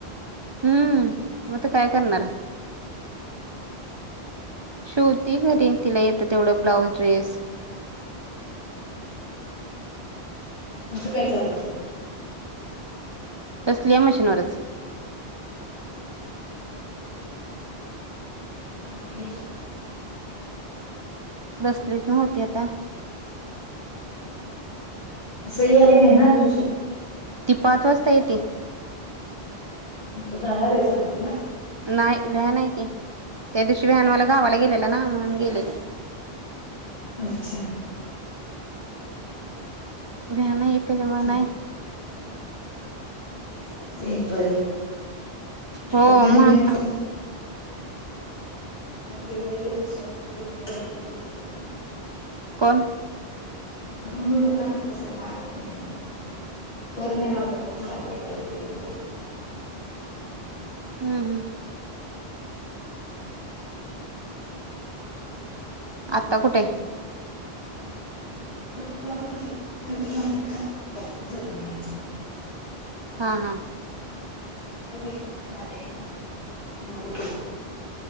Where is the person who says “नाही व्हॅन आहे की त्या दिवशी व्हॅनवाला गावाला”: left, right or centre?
Right